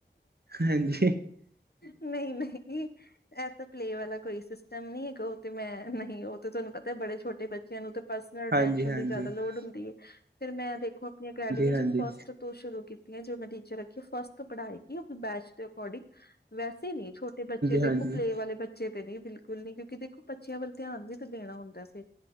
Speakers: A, on the right (about 60°); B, on the left (about 60°).
A: ਹਾਂਜੀ
B: ਨਈਂ-ਨਈਂ ਐ ਤਾ ਪਲੇ ਵਾਲਾ ਕੋਈ ਸਿਸਟਮ ਨੀ ਹੈਗਾ ਓ ਤੇ ਮੈਂ ਨਹੀਂ ਓ ਤੇ ਤੁਆਨੂੰ ਪਤਾ ਬੜੇ ਛੋਟੇ ਬੱਚਿਆਂ ਨੂੰ ਤੇ ਪਰਸਲ ਅਟੈਸ਼ਨ
A: ਹਾਂਜੀ ਹਾਂਜੀ ਹਾਂਜੀ
B: ਦੀ ਜਾਦਾ ਲੋੜ ਹੁੰਦੀ ਐ, ਫਿਰ ਮੈਂ ਦੇਖੋ ਆਪਨੀ ਅਕੈਡਮੀ
A: ਹਾਂਜੀ
B: ਚ
A: ਹਾਂਜੀ
B: ਫਸਟ ਤੋਂ ਸ਼ੁਰੂ ਕੀਤੀਆਂ ਜੋ ਮੈਂ ਟੀਚਰ ਰੱਖੀ ਫਸਟ ਤੋਂ ਪੜਾਏਗੀ ਬੈਚ ਦੇ ਅਕੋਡਿੰਗ ਵੈਸੇ ਨੀ ਛੋ ਤੇ ਬੱਚੇ ਦੇਖੋ
A: ਹਾਂਜੀ
B: ਪਲੇ ਵਾਲੇ ਬੱ ਬੱਚੇ ਤੇ ਨਈਂ ਬਿਲਕੁਲ ਨਈਂ ਕਿਓਂਕਿ ਦੇਖੋ ਬੱਚਿਆਂ ਵੱਲ ਧਿਆਨ ਵੀ ਤਾਂ ਦੇਨਾ ਹੁੰਦਾ ਅਸੀਂ